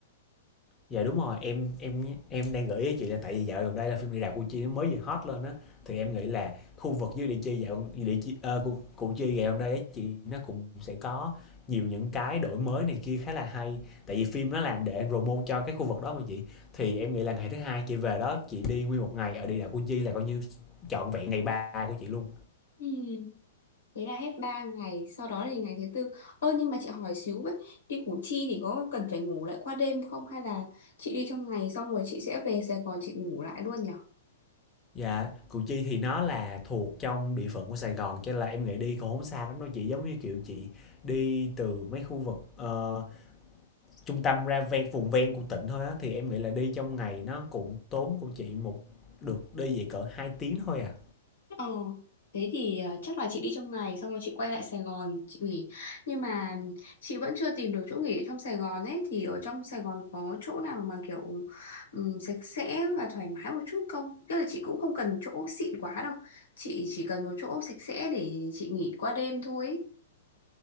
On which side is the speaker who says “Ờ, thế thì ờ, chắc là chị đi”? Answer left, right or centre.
Left